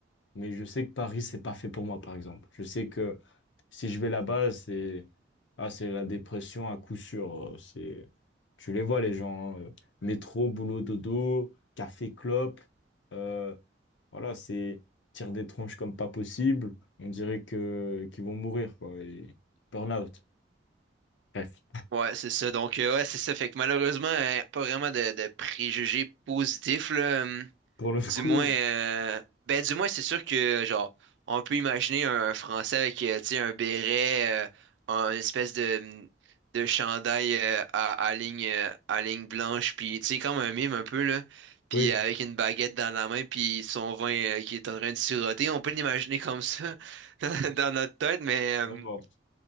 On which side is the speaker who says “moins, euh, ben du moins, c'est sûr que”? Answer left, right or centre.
Right